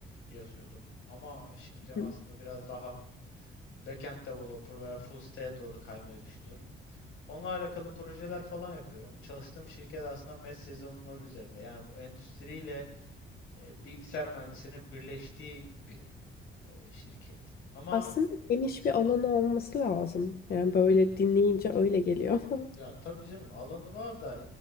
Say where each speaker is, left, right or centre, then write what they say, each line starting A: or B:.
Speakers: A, on the left (about 85°); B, on the left (about 50°).
A: yazıyordum ama şimdi aslında
B: <laughs>
A: biraz daha backend developer veya full stack'e doğru kaymayı düşünüyorum. Onunla alakalı projeler falan yapıyorum. Çalıştığım şirket aslında MES yazılımları üzerinde. Yani bu endüstriyle e, bilgisayar mühendisinin birleştiği bir e, şirket. Ama
B: Aslında geniş bir alanı olması lazım. Yani böyle dinleyince öyle geliyor ama.
A: ya tabii canım alanı var da